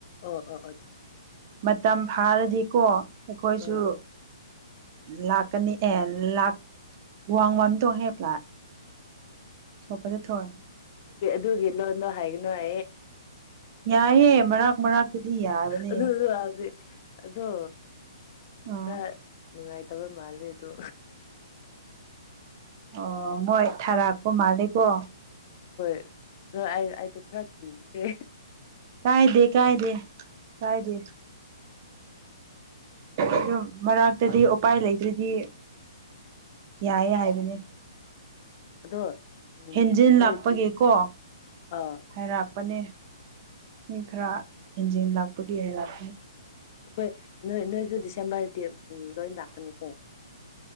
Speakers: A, on the left; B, on the right.
A: ꯑꯣ ꯑꯣ ꯑꯣ
B: ꯃꯇꯝ ꯐꯥꯔꯗꯤꯀꯣ ꯑꯩꯈꯣꯏꯁꯨ
A: ꯑꯣ
B: ꯂꯥꯛꯀꯅꯤ ꯑꯦ ꯂꯥꯛꯈ ꯋꯥꯡ ꯋꯥꯟ ꯇꯣꯡ ꯍꯦꯕꯂꯥ ꯁꯣꯄꯗ ꯊ
A: ꯑꯗꯨ ꯒꯤ ꯏꯂꯣꯗꯣ ꯍꯥꯏꯅꯣꯑ
B: ꯌꯥꯏꯑꯦ ꯃꯛ ꯃꯔꯛꯇꯨꯗꯤ ꯌꯥꯕꯅꯦ
A: ꯑꯗꯨ ꯍꯧꯖꯤꯛ ꯑꯗꯣ
B: ꯎꯝ
A: ꯀ ꯅꯨꯡꯉꯥꯏꯇꯕ ꯃꯥꯜꯂꯦ ꯑꯗꯣ
B: ꯑꯣ ꯃꯣꯏ ꯊꯔꯥꯛꯀꯣ ꯃꯥꯂꯦꯀꯣ
A: ꯑ ꯑꯩ ꯑꯩꯗꯣ ꯈꯔ ꯀꯤꯈ꯭ꯔꯦ
B: ꯀꯥꯏꯗꯦ ꯀꯥꯏꯗꯦ ꯀꯥꯏꯗ
A: ꯎꯝ
B: ꯑꯗꯨ ꯃꯔꯛꯇꯗꯤ ꯎꯄꯥꯏ ꯂꯩꯇ꯭ꯔꯗꯤ ꯌꯥꯏ ꯍꯥꯏꯕꯅꯦ
A: ꯎꯝ ꯑꯗꯣ ꯎꯝ
B: ꯍꯦꯟꯖꯤꯟ
A: ꯑꯩꯈꯣꯏꯗꯤ
B: ꯂꯥꯛꯄꯒꯤꯀꯣ
A: ꯑꯥ
B: ꯍꯥꯏꯔꯥꯛꯄꯅꯦ ꯃꯤ ꯈꯔ ꯍꯦꯟꯖꯤꯦꯟ ꯂꯥꯛꯄꯒꯤ ꯍꯥꯏꯔꯥꯛꯅꯤ
A: ꯑꯩꯈꯣꯏ ꯅꯣꯏ ꯅꯣꯏꯁꯨ ꯗꯤꯁꯦꯝꯕꯔꯗꯤ ꯎꯝ ꯂꯣꯏ ꯂꯥꯛꯀꯅꯤꯀꯣ